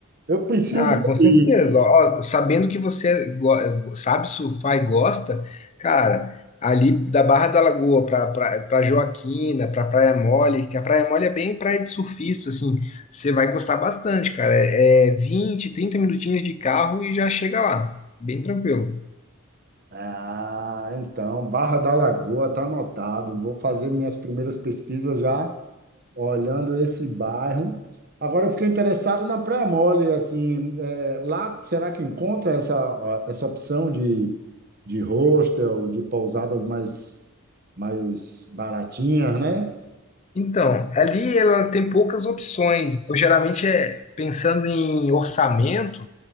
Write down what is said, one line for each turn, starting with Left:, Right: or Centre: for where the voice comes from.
Right: Eu preciso
Left: Ah, com certeza.
Right: ir.
Left: Ó, ó, sabendo que você go- sabe surfar e gosta, cara, ali da Barra da Lagoa para pra, pra pra Joaquina, para Praia Mole, que a Praia Mole é bem praia de surfista, assim, você vai gostar bastante, cara. É, é 20, 30 minutinhos de carro e já chega lá, bem tranquilo.
Right: Ah, então, Barra da Lagoa tá anotado. Vou fazer minhas primeiras pesquisas já olhando esse bairro. Agora eu fiquei interessado na Praia Mole, assim, é, lá será que encontra essa, ó, essa opção de, de hostel, de pousadas mais, mais baratinhas, né?
Left: Então, ali ela tem poucas opções. Então, geralmente é pensando em orçamento.